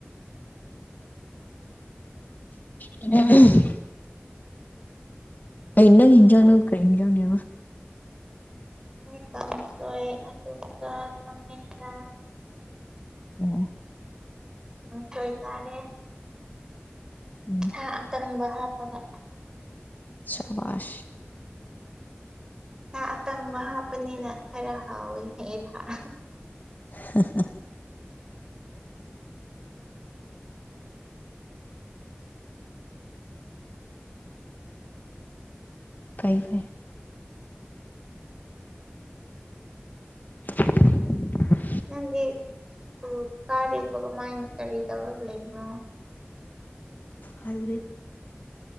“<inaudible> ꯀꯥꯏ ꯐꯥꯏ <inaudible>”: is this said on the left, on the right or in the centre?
Left